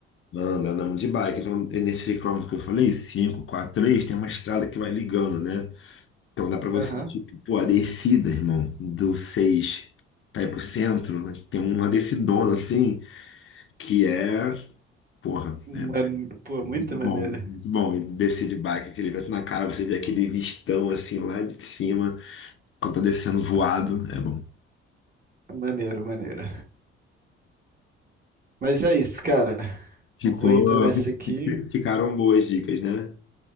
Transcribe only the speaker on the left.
Anda, andamos de bike. Então, é nesse quilômetro que eu falei, 5 4 3 tem uma estrada que vai ligando, né? Então dá pra você,
tipo, pô, a descida, irmão, do 6 pra ir pro centro, né? Tem uma descidona assim, que é, porra,
é
muito
bom,
muito bom. E descer de bike, aquele vento na cara, você vê aquele vistão assim lá de cima, quando tá descendo voado, é bom.
Ficou,
<laughs>
ficaram boas dicas, né?